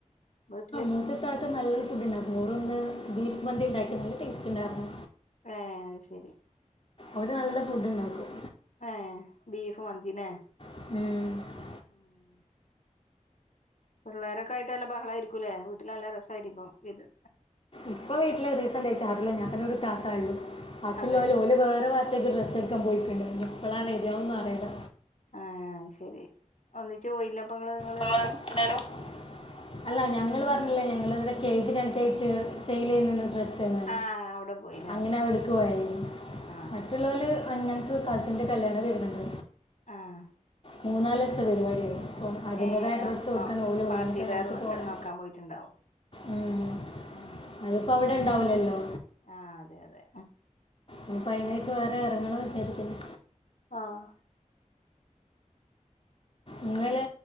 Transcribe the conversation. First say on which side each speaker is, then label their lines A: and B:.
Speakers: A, on the left (about 65°); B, on the left (about 45°).
A: വീട്ടില്
B: എന്റെ ഇത്താത്ത നല്ലൊരു ഫുഡ്ണ്ടാകു ഓര്‌വന്ന്ബീഫ് മന്തി ഉണ്ടാക്കി നല്ല ടേസ്റ്റ്ണ്ടായിരുന്നു.
A: ഏഹ് അഹ് ശരി
B: ഓര്നല്ല ഫുഡ്ണ്ടാക്കും.
A: ഏഹ് ബീഫ് മന്തിലെ
B: ഉം
A: ആഹ് പിള്ളോരൊക്കെ ആയിട്ട് നല്ല ബഹളയിരിക്കുല്ലേ വീട്ടിൽ നല്ല രസയിരിക്കും വിര്
B: ഇപ്പൊ വീട്ടില് റീസന്റ് ആയിട്ടാറില്ല ഞാൻതനെ ഒരു താത്താ ഉള്ളു ബാക്കിയുള്ള
A: അതെ
B: ഓല് ഓല് വേറെ ഭാഗത്തക്ക് ഡ്രസ്സ് ടുക്കാൻ പോയിക്ക്ണ്ട് നി പ്പളാ വരാന്നു അറിയില്ല
A: ഏഹ് അഹ് ശരി ഒന്നിച്ച് പോയില്ലപ്പങ്ങള് ങ്ങള്
B: നിങ്ങള്
A: എല്ലാരും
B: എല്ലാരും അല്ല ഞങ്ങൾ പറഞ്ഞില്ലേ ഞങ്ങള ഇവിടെ കേജ് കണക്കായിട്ട് സെയിൽ ചെയ്യുന്നുണ്ട് ഡ്രസ്സ്ന്ന്
A: ആഹ് അവിടെ പോയില്ലേ
B: അങ്ങനെ അവട്ക്ക് പോയേന്
A: ആഹ്
B: മറ്റുള്ളാല് അങ് ഞ്ഞം കസിൻ്റെ കല്യാണം വരുന്നുണ്ട്
A: ആഹ്
B: മൂന്നാലോസ് ത്തെ പരിപാടിയാ അതിന്റേതായ
A: ഏഹ്
B: ഡ്രസ്സ്
A: അപ്പൊ
B: കൊടുക്കാൻ ഓലു പോയി
A: പാർട്ടി
B: ഇഞ്ഞ്പ്പ
A: വെയർ
B: ഞങ്ങക്ക് പോണം.
A: നോക്കാൻ പോയിട്ടുണ്ടാവും
B: ഉം
A: ഉം
B: അതിപ്പോ അവിടെ ണ്ടാവൂലല്ലോ?
A: ആഹ് അതെ അതെ
B: ഇനിപ്പോ അയ്നായിട്ട് വേറെ എറങ്ങണംവിചാരിക്കുന്
A: ആഹ്
B: ങ്ങള്